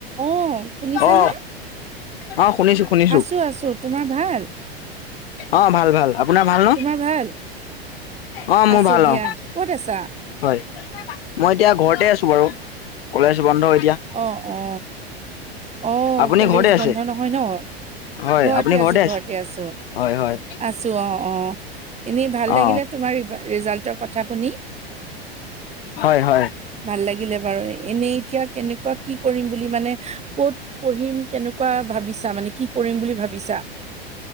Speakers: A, on the right; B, on the left.
A: অ শুনিছানে
B: অ অ শুনিছো শুনিছো
A: আছো আছো তোমাৰ ভাল।
B: অ ভাল ভাল আপোনাৰ ভাল ন।
A: তোমাৰ ভাল?
B: অ মোৰ
A: আছো
B: ভাল
A: দিয়া
B: অ
A: কত আছ।
B: হয় মই এতিয়া ঘৰতে আছো বাৰু কলেজ বন্ধ। এতিয়া
A: অহ অ। অ
B: আপুনি
A: কলেজ
B: ঘৰতে আছে
A: বন্ধ নহয় ন
B: হয়
A: ঘৰতে
B: আপুনি
A: আছো
B: আছে
A: ঘৰতে আছো।
B: হয় হয়
A: আছো অ অ এনেই ভাল লাগিলে
B: অ
A: তোমাৰ। ৰিজাল্টৰ কথা শুনি।
B: হয় হয়
A: ভাল লাগিলে বাৰু এনেই এতিয়া কেনেকুৱা কি কৰিম বুলি মানে। ক'ত পঢ়িম কেনেকুৱা। ভাবিছা মানে কি কৰিম বুলি ভাবিছা?